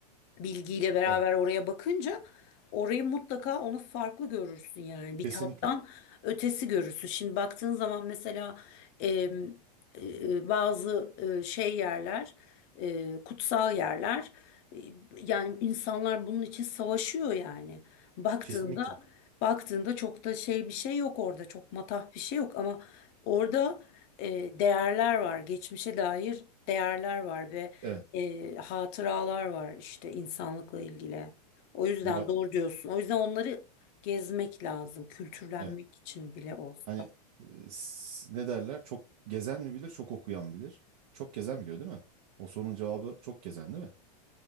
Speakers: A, on the left (about 35°); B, on the right (about 60°).
A: bilgiyle beraber
B: Evet.
A: oraya bakınca orayı mutlaka onu farklı görürsün yani bir
B: Kesinlikle.
A: tattan ötesi görürsün. Şimdi baktığın zaman mesela em, e, bazı e, şey yerler e, kutsal yerler e, yani insanlar bunun için savaşıyor yani baktığında
B: Kesinlikle.
A: baktığında çok da şey bir şey yok orada çok matah bir şey yok ama orada e, değerler var geçmişe dair değerler var ve
B: Evet.
A: e, hatıralar var işte insanlıkla ilgili. O yüzden
B: Ya
A: doğru diyorsun. O yüzden onları gezmek lazım, kültürlenmek
B: evet.
A: için bile olsa.
B: Hani e, s- ne derler? Çok gezen mi bilir, çok okuyan bilir. Çok gezen biliyor değil mi? O sorunun cevabı çok gezen değil mi?